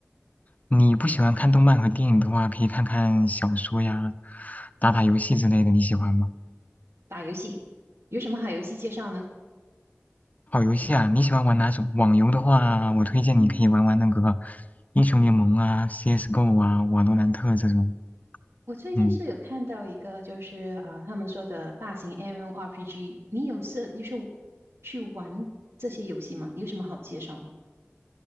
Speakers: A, on the left; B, on the right.
A: 你不喜欢看动漫和电影的话，可以看看小说呀，打打游戏之类的，你喜欢吗？
B: 打游戏，有什么好游戏介绍呢？
A: 好游戏啊，你喜欢玩哪种？网游的话，我推荐你可以玩玩那个
B: 嗯，
A: 英雄联盟啊、CS:GO 啊、瓦罗兰特这种，
B: 我最近是有看到一个，
A: 嗯，
B: 就是啊、他们说的大型 MMORPG，你有涉就是去玩这些游戏吗？你有什么好介绍吗